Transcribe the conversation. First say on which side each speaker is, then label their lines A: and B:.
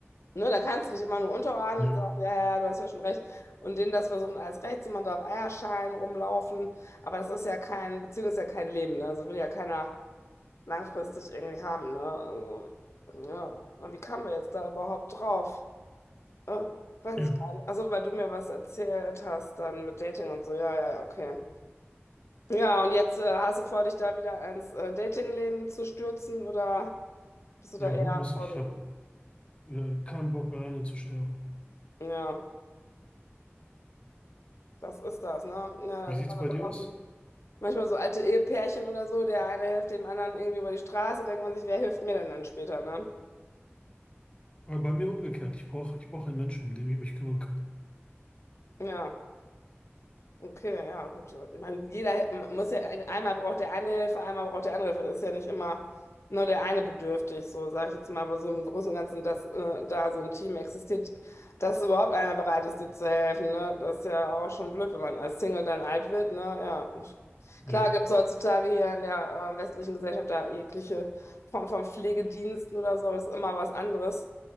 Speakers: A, on the left; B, on the left.
A: Ne, da kannst du dich immer nur unterordnen
B: Ja,
A: und sagen, ja, ja, ja, du hast ja schon recht. Und denen das versuchen, alles recht zu machen, da auf Eierschalen rumlaufen. Aber das ist ja kein, Beziehung ist ja kein Leben. Ne? Also will ja keiner langfristig irgendwie haben, ne? Also, ja. Und wie kamen wir jetzt da überhaupt drauf? Äh, weiß
B: ja.
A: ich gar nicht. Also, weil du mir was erzählt hast, dann mit Dating und so. Ja, ja, ja, okay. Ja, und jetzt äh, hast du vor, dich da wieder ins äh, Datingleben zu stürzen oder bist du
B: Ja,
A: da eher
B: mu muss
A: vorsichtig?
B: ich. Ich habe äh, keinen Bock, alleine zu sterben.
A: Ja, das ist das, ne? Ja,
B: Wie
A: da
B: sieht's
A: sieht man
B: bei
A: da
B: dir
A: draußen
B: aus?
A: manchmal so alte Ehepärchen oder so, der eine hilft dem anderen irgendwie über die Straße, denkt man sich, wer hilft mir denn dann später, ne?
B: Aber bei mir umgekehrt. Ich brauche ich brauch einen Menschen, um den ich mich kümmern kann.
A: Ja. Okay, ja, gut. Ich meine, jeder hel- man muss ja, ein- einmal braucht der eine Hilfe, einmal braucht der andere Hilfe. Ist ja nicht immer nur der eine bedürftig, so sage ich jetzt mal, aber so im Großen und Ganzen, dass äh, da so ein Team existiert, dass überhaupt einer bereit ist, dir zu helfen, ne? Das ist ja auch schon blöd, wenn man als Single dann alt wird, ne? Ja. Klar
B: Ja.
A: gibt es heutzutage hier in der äh, westlichen Gesellschaft da jegliche Form von Pflegediensten oder so, aber das ist immer was anderes,